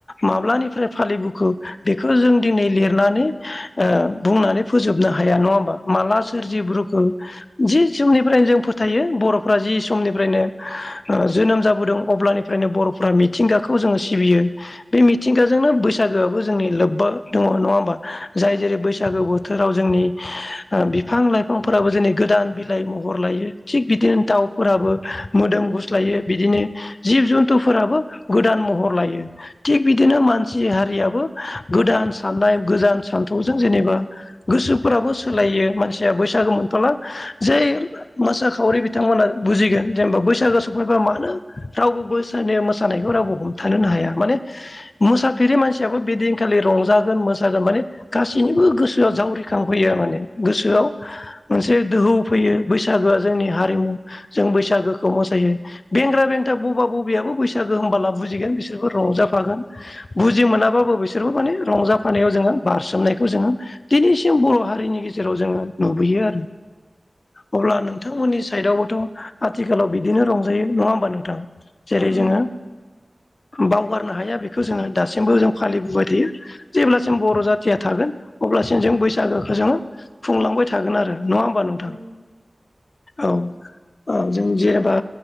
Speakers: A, on the left (about 55°); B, on the right (about 55°).
A: माब्लानि फ्राय फालिबोखो बेखो जों दिनै लिरनानै ओ बुंनानै फोजोबनो हाया नंङा होमबा। माला
B: औ
A: सोरजिब्रोखो जि समनिफ्रायनो जों फोथायो बर'फ्रा जि समनिफ्रायनो ओ जोनोम जाबोदों अब्लानिफ्रायनो बर' फ्रा मिथिंगाखौ जोंङो सिबियो बे मिथिंगा जोंनो बैसागोआबो जोंनि लोब्बा दंङ नङा होमबा जाय
B: औ
A: जेरै बैसागु बो थोराव जोंनि बिफां लाइफांफोराबो जोंनि गोदान बिलाइ महर लायो थिग बिदिनो दाव फोराबो मोदोम गुस्लायो बिदिनो जिब जुन्थुफोराबो गोदान महर लायो। थिग बिदिनो मान सि हारियाबो गोदान साननाय गोजान सान्थौजों जेनेबा गोसोफोराबो सोलाय यो मानसि बैसागो मोनथला जि मोसाखावरि बिथांमोना बुजिगोन जेनेबा बैसागु सफैबा मानो गोसोया मानो रावबो बोसोरनि मोसानायखौ रावबो हमथानोनो हाया माने मोसा फेरै मानसियाबो बिदिनखालि रंजागोन मोसागोन माने गासैनिबो गोसोआ जावरिखांफैयो माने। गोसोआव मोनसे दोहौ फैयो बैसागोआ जोंनि हारिमु जों बैसागोखौ मोसायो बेंग्रा बेन्था बबा बबिआबो बैसागो होमबाला बुजिगोन बिसोरबो रंजाफागोन। बुजि मोनाबाबो बिसोरबो माने रंजाफानायाव जोंङो बारसोमनायखौ जोंङो दिनैसिम बर' हारिनि गे जेराव जोंङो नुबोयो आरो। अब्ला नोंथांमोननि साइदआवबोथ' आथिखालाव बिदिनो रंजायो नंङा होमबा नोंथां जेरै
B: औ नोंथां
A: जोंङो बावगारनो हाया बेखौ जोंङो दासिमबो जों फालिबोबाय थायो जेब्लासिम बर' जाथिया थागोन अब्लासिम जों बैसागोखो जोङो खुंलांबाय थागोन आरो नंङा होमबा नोंथां
B: औ
A: औ औ जों जेनेबा